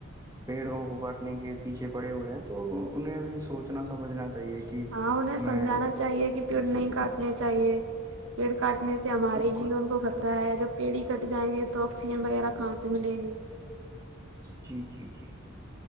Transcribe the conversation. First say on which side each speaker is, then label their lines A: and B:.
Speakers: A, on the right; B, on the right.
A: پیڑوں کو کاٹنے کے پیچھے پڑے ہوئے ہیں تو انہیں بھی سوچنا سمجھنا چاہیے کہ
B: ہاں انہیں
A: ہمیں
B: سمجھانا چاہیے کہ پیڑ نہیں
A: جی
B: کاٹ چاہیے پیڑ کاٹنے سے ہمارے
A: بالکل
B: جیون کو خطرہ ہے جب پیڑھی کٹ جائیں گے تو آکسیجن وغیرہ کہاں سے ملے گی
A: جی جی جی